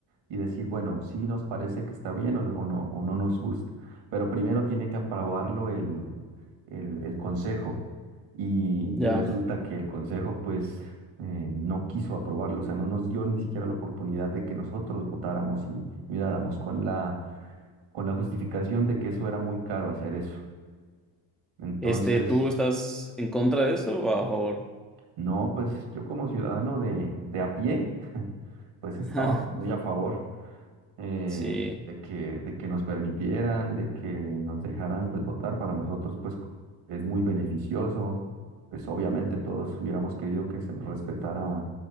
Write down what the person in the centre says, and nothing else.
ya.
Este, ¿tú estás en contra de eso o a favor?
<laughs>
Sí,